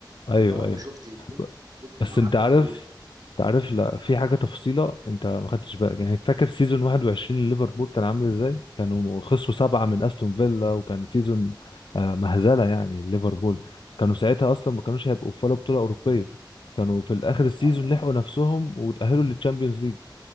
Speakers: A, on the right; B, on the left.
A: فانت
B: ايوه
A: برضه
B: ايوه
A: شفت ازاي
B: ب-
A: أرن سلوت
B: بس
A: مع
B: انت
A: ليفربول
B: عارف انت عارف لا في حاجه تفصيله انت ما خدتش بالك يعني فاكر سيزون 21 لليفربول كان عامل ازاي كانوا خسروا سبعه من استون فيلا وكان سيزون آه، مهزله يعني ليفربول كانوا ساعتها اصلا ما كانوش هيبقوا في ولا بطوله اوروبيه كانوا في الاخر السيزون
A: آه.
B: لحقوا نفسهم وتاهلوا للتشامبيونز ليج